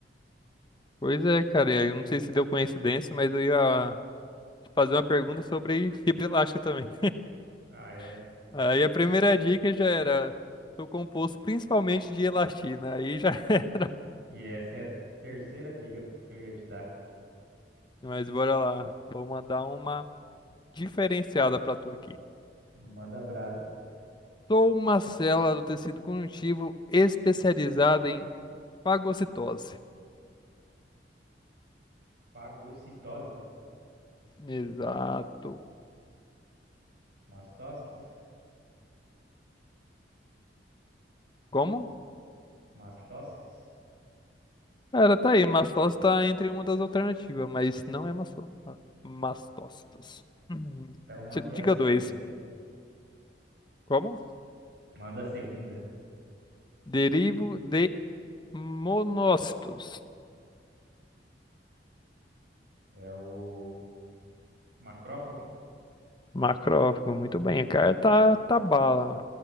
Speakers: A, on the left; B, on the right.
A: Pois é, cara. Eu não sei se deu coincidência, mas eu ia. fazer uma pergunta sobre fibra elástica também.
B: Ah, é.
A: <laughs> Aí a primeira dica já era, sou composto principalmente de elastina. Aí já, <laughs>
B: E essa é a terceira dica que eu ia te dar.
A: mas bora lá, vou mandar uma diferenciada pra tu aqui.
B: Manda brasa.
A: Sou uma célula do tecido conjuntivo especializada em fagocitose.
B: Fagocitose.
A: Exato.
B: Mastócitos.
A: Como?
B: Mastócitos.
A: Cara, tá aí, mastose tá entre uma das alternativas, mas não é masto- ah, mastócitos. Uhum.
B: Então mande
A: Dica
B: a segunda.
A: 2. Como?
B: Manda a segunda.
A: Derivo de monócitos.
B: É o macrófago.
A: Macrófago, muito bem. O cara tá, tá bala,